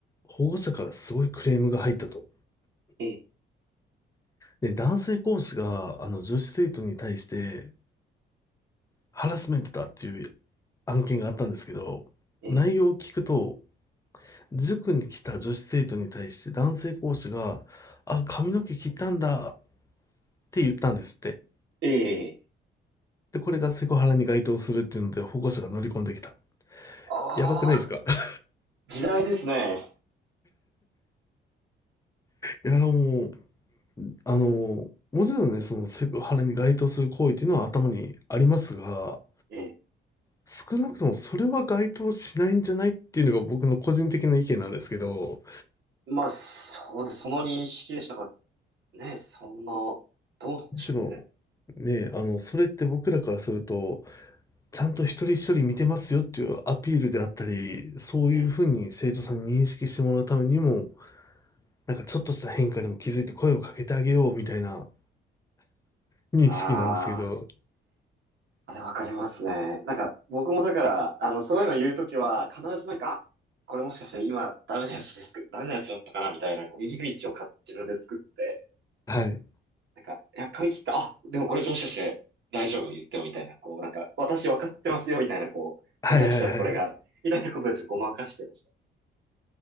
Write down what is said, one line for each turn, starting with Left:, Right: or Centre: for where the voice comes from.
Left: 保護者からすごいクレームが入ったと。
Right: え、
Left: で、男性講師が、あの、女子生徒に対してハラスメントだっていう案件があったんですけど、
Right: ええ、
Left: 内容を聞くと、塾に来た女子生徒に対して男性講師が、あ、髪の毛切ったんだって言ったんですって。
Right: ええ。
Left: で、これがセクハラに該当するっていうので、保護者が乗り込んできた。
Right: ああ、
Left: やばくないですか <laughs>
Right: 時代ですね。
Left: いや、もう、あの、もちろんね、そのセクハラに該当する行為っていうのは頭にありますが、
Right: ええ。
Left: 少なくともそれは該当しないんじゃないっていうのが僕の個人的な意見なんですけど、
Right: まあ、そうです。その認識でしたか。ね、そんな、どうなんでしょうね。
Left: むしろ、ね、あの、それって僕らからすると、ちゃんと一人一人見てますよっていうアピールであったり、そういうふうに生徒さんに認識してもらうためにも、
Right: ええ。
Left: なんかちょっとした変化にも気づいて声をかけてあげようみたいな、に好きなんですけど、
Right: あーあ、でわかりますね。なんか、僕もだから、あの、そういうの言うときは、必ずなんか、あこれもしかして今、ダメなやつですけど、ダメなやつだったかな、みたいな、こう逃げ道をか、自分で作って、
Left: はい。
Right: なんか、いや、髪切った、あ、でもこれもしかして大丈夫言ってもみたいな、こう、なんか、私分かってますよみたいな、こう、
Left: はいはいはい。
Right: 下手したらこれが、みたいなことでちょっとごまかしてました。